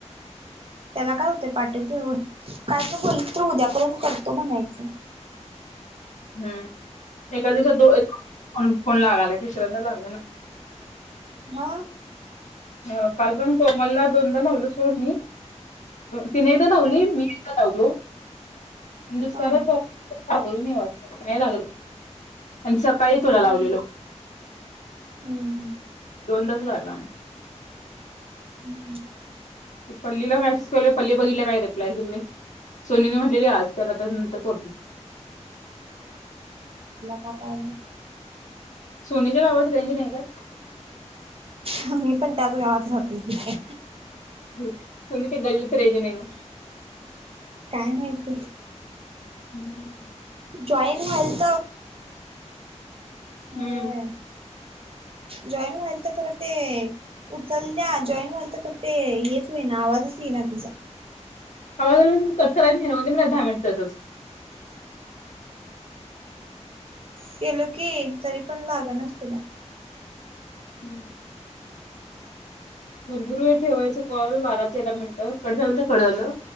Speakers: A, on the right; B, on the left.
A: त्याला काय होतय पाठव, की हून फिरून काय तर बोलली? तर उद्यापर्यंत करतो म्हणायचं
B: हम्म एकाद दिवसात दोन दोन फोन लागालाय तिसऱ्यांदा लाग ना
A: हां.
B: हा काल पण कोमलला दोनदा लावलो सोड मी तिने एकदा लावली
A: हम्म
B: मी एकदा लावलो. आणि दुसऱ्याला
A: हा हम्म
B: करालतो लागल नाही वाटत, नाही लागलं. आणि सकाळी तुला लावलेलो
A: हम्म हम्म
B: दोन तास लागला मग
A: हम्म हम्म
B: पल्लीला कयशसवलेय पल्ली बघितला काय रिप्लाय दिलेय सोनीने म्ह आज क नंतर कोत
A: म काय आणि?
B: सोनीच्या गावात रेंज नाही काय?
A: हा मी पण त्याच गावात राहते की,
B: हा सोनीच्या गल्लीत रेंज नाही ओ.
A: काय माहिती?
B: हम्म.
A: जॉईन व्हालत. व्हय
B: हम्म
A: जॉईन व्हालत. खर ते उचलल्या जॉईन व्हालत, खर ते हेच होईना आवाजच येई ना तिचा
B: आवाज आला नाही म्हणून कट करायचं नाही, राहू द्यायचं दहा मिनिट तसंच
A: केलो की तरी पण लागनाच तिला
B: हम् <inaudible> भरपुर वेळ ठेवायच कॉल बारा, तेरा मिनिटं कट झालं तर कट झालं,